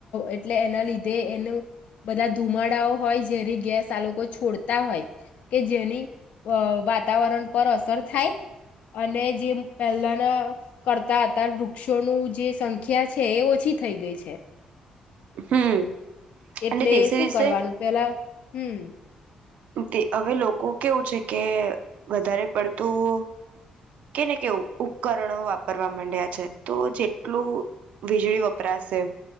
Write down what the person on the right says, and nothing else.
હમ.
અને દિવસે
દિવસે
તે હવે લોકો કેવું છે કે વધારે પડતું કે ને કેવું ઉપકરણો વાપરવા માંડ્યા છે, તો જેટલું વીજળી વપરાશે,